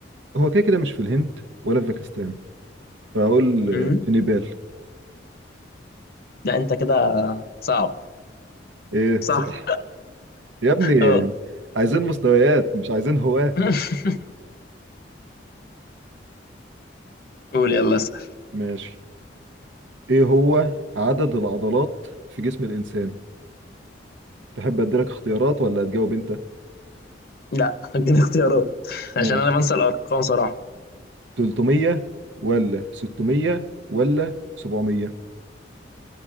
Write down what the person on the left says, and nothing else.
امم
لا أنت كده صعب
صح
اه
<laughs> قول يلا اسأل
لا اديني اختيارات
عشان أنا بنسى الأرقام صراحة